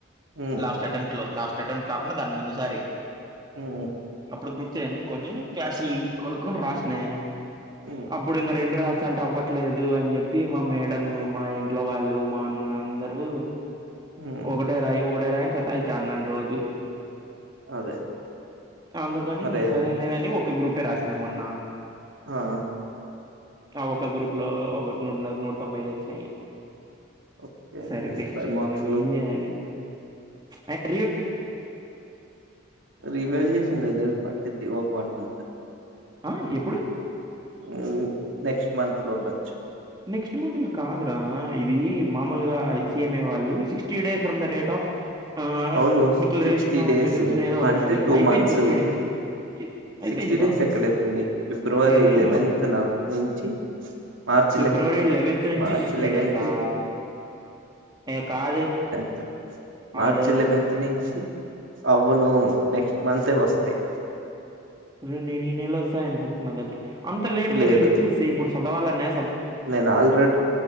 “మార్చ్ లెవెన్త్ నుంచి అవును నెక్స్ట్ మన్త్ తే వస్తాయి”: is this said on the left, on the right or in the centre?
Right